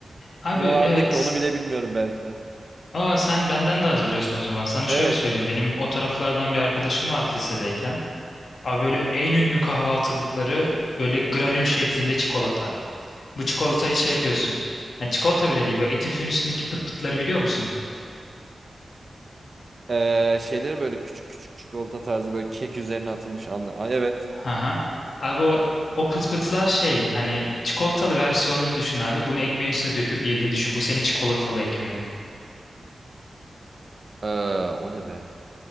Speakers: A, on the left; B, on the right.
A: Abi
B: Ne vardı
A: evet.
B: ki onu bile bilmiyorum belki de.
A: Aa sen benden de az biliyorsun o zaman. Sana
B: Evet.
A: şöyle söyleyeyim. Benim o taraflardan bir arkadaşım vardı lisedeyken. Abi böyle en ünlü kahvaltılıkları böyle granül şeklinde çikolata. Bu çikolatayı şey yapıyorsun. Yani çikolata bile değil. Böyle eti püfün üstündeki pıt pıtları biliyor musun?
B: Ee, şeyleri böyle küçük küçük çikolata tarzı böyle kek üzerine atılmış anla. Ay, evet.
A: Aha. Abi o, o pıt pıtlar şey hani çikolatalı versiyonunu düşün abi. Bunu ekmeğin üstüne döküp yediğini düşün. Bu senin çikolatalı ekmeğin.
B: Ee, o ne be?